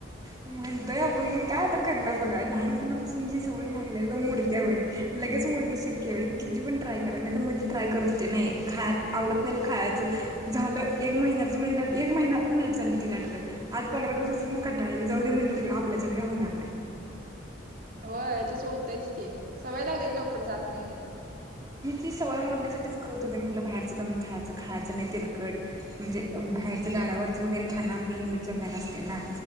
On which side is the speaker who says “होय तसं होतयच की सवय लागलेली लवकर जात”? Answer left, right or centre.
Right